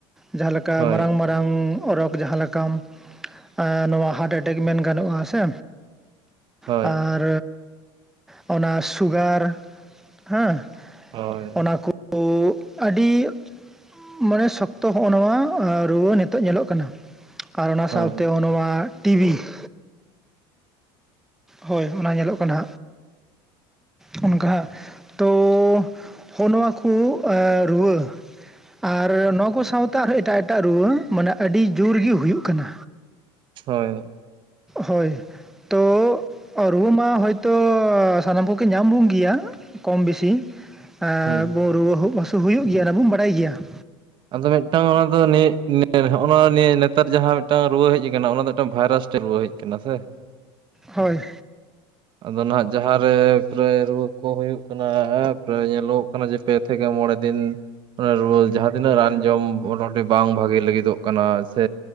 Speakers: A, in the centre; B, on the right (about 40°).
A: ᱡᱟᱦᱟᱸ ᱞᱮᱠᱟ
B: ᱦᱳᱭ
A: ᱢᱟᱨᱟᱝ ᱢᱟᱨᱟᱝ ᱨᱳᱜᱽ ᱡᱟᱦᱟᱸ ᱞᱮ ᱠᱟᱢ ᱱᱚᱣᱟ ᱦᱟᱨᱴ ᱮᱴᱮᱠ ᱢᱮᱱ ᱜᱟᱱᱚᱜᱼᱟ ᱥᱮ,
B: ᱦᱳᱭ
A: ᱟᱨ ᱚᱱᱟ ᱥᱩᱜᱟᱨ ᱦᱟ.
B: ᱦᱳᱭ
A: ᱚᱱᱟ ᱠᱩ ᱠᱩ ᱟᱹᱰᱤᱻ ᱢᱟᱱᱮ ᱥᱚᱠᱛᱚ ᱦᱚᱜᱼᱚ ᱱᱚᱣᱟ ᱨᱩᱣᱟᱹ ᱱᱤᱛᱚᱜ ᱧᱮᱞᱚᱜ ᱠᱟᱱᱟ᱾ ᱟᱨ ᱚᱱᱟ
B: ᱦᱳᱭ
A: ᱥᱟᱶᱛᱮ ᱩᱱᱢᱟ ᱴᱤᱵᱷᱤ ᱾ ᱦᱳᱭ ᱚᱱᱟ ᱧᱮᱞᱚᱜ ᱠᱟᱱᱟ ᱦᱟᱸᱜ᱾ ᱚᱱᱠᱟ ᱦᱟᱜ ᱛᱚ ᱦᱚᱜᱼᱚ ᱱᱚᱣᱟ ᱠᱚ ᱨᱩᱣᱟᱹ᱾ ᱟᱨ ᱱᱚᱣᱟ ᱠᱚ ᱥᱟᱶᱛᱮ ᱟᱨᱦᱚᱸ ᱮᱴᱟᱜ ᱮᱴᱟᱜ ᱨᱩᱣᱟᱹ ᱢᱟᱱᱮ ᱟᱹᱰᱤ ᱡᱩᱨᱜᱮ ᱦᱩᱭᱩᱜ ᱠᱟᱱᱟ᱾
B: ᱦᱳᱭ᱾
A: ᱦᱚᱭ ᱛᱚ ᱨᱩᱣᱟᱹ ᱢᱟ ᱦᱚᱭᱛᱚ ᱥᱟᱱᱟᱢ ᱠᱚᱜᱮ ᱧᱟᱢ ᱵᱚᱱ ᱜᱮᱭᱟ᱾ ᱠᱚᱢ ᱵᱮᱥᱤ ᱮ
B: ᱦᱩᱸ
A: ᱨᱩᱣᱟᱹᱜ ᱦᱟᱹᱥᱩ ᱦᱩᱭᱩᱜ ᱜᱮᱭᱟ ᱚᱱᱟ ᱵᱩᱱ ᱵᱟᱰᱟᱭ ᱜᱮᱭᱟ ᱾
B: ᱟᱫᱚ ᱢᱤᱫᱴᱟᱝ ᱦᱚᱲ ᱫᱚ ᱱᱤᱭᱟᱹᱼᱼ ᱱᱚᱜᱼ ᱱᱟ ᱱᱤᱭᱟᱹ ᱱᱮᱛᱟᱨ ᱡᱟᱦᱟᱸ ᱢᱤᱫᱴᱟᱝ ᱨᱩᱣᱟᱹ ᱦᱮᱡ ᱟᱠᱟᱱᱟ ᱚᱱᱟ ᱫᱚ ᱢᱤᱫᱴᱟᱝ ᱵᱷᱟᱭᱨᱟᱥ ᱨᱩᱣᱟᱹ ᱦᱮᱡ ᱟᱠᱟᱱᱟ ᱥᱮ᱾
A: ᱦᱳᱭ᱾
B: ᱟᱫᱚ ᱱᱟᱦᱟᱜ ᱡᱟᱦᱟᱸᱨᱮ ᱯᱨᱟᱭ ᱨᱩᱣᱟᱹ ᱠᱚ ᱦᱳᱭᱳᱜ ᱠᱟᱱᱟ ᱯᱨᱟᱭ ᱧᱮᱞᱚᱜᱚᱜ ᱠᱟᱱᱟ ᱡᱮᱼᱼ ᱯᱮ ᱛᱷᱮᱠᱮ ᱢᱚᱬᱮ ᱫᱤᱱ ᱨᱩᱣᱟᱹ ᱡᱟᱦᱟᱸ ᱛᱤᱱᱟᱹᱜ ᱨᱟᱱ ᱡᱚᱢᱼᱼ ᱵᱟᱝ ᱵᱷᱟᱜᱮ ᱞᱟᱹᱜᱤᱫᱚᱜ ᱠᱟᱱᱟ ᱥᱮ,